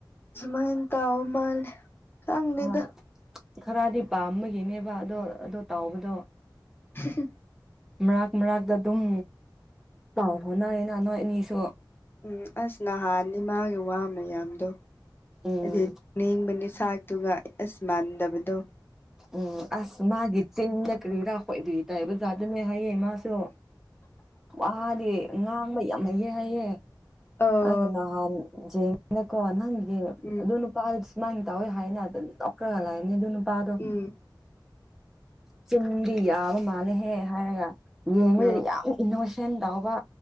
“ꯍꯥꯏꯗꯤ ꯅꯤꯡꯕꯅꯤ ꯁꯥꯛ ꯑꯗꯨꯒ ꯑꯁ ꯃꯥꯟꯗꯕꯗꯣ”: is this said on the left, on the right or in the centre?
Left